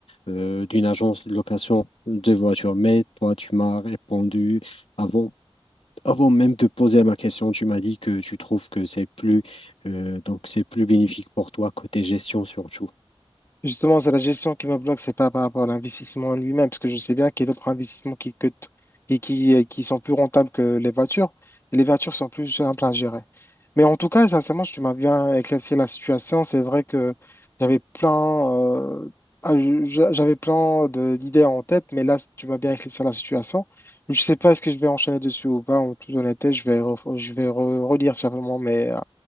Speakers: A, on the left; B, on the left.
A: euh, d'une agence de location de voitures. Mais toi, tu m'as répondu avant avant même de poser ma question, tu m'as dit que tu trouves que c'est plus euh, donc c'est plus bénéfique pour toi côté gestion surtout.
B: Justement, c'est la gestion qui me bloque, c'est pas par rapport à l'investissement en lui-même, parce que je sais bien qu'il y a d'autres investissements qui, que t- et qui, euh, qui sont plus rentables que les voitures, et les voitures sont plus simples à gérer. Mais en tout cas, sincèrement, tu m'as bien éclairci la situation. C'est vrai que j'avais plein, euh, ah, je- j'avais plein de- d'idées en tête, mais là, tu m'as bien éclairci la situation. Je sais pas est-ce que je vais enchaîner dessus ou pas. En toute honnêteté, je vais, ref- je vais re- relire simplement mes, euh,